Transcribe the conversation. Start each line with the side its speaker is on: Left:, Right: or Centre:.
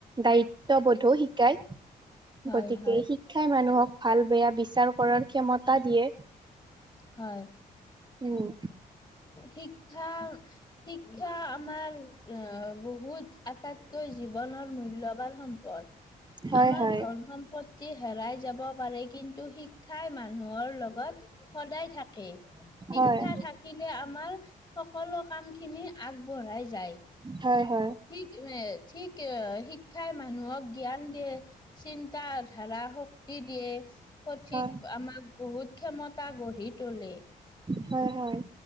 Right: দায়িত্ববোধো শিকায়।
Left: হয়
Right: গতি-
Left: হয়
Right: শিক্ষা মানুহক ভাল বেয়া বিচাৰ কৰাৰ ক্ষমতা দিয়ে।
Left: হয়।
Right: উম।
Left: শিক্ষা শিক্ষা আমাৰ অ বহুত- আটাইতকৈ জীৱনৰ মূল্যবান সম্পদ।
Right: হয়
Left: আমাৰ
Right: হয়
Left: ধন সম- পত্তি হেৰাই পাৰে কিন্তু শি- ক্ষাই মানুহৰ লগত সদায় থাকে। শিক্ষা
Right: হয়
Left: থাক- কিলে আমাৰ সকলো কাম খিনি আগবঢ়াই যায়।
Right: হয় হয়।
Left: ঠিক এ ঠিক এ শিক্ষাই মানুহক জ্ঞান দিয়ে। চিন্তা ধাৰা শক্তি দিয়ে সঠিক
Right: হয়
Left: আমাক- বহুত ক্ষমতা গঢ়ি তোলে।
Right: হয় হয়।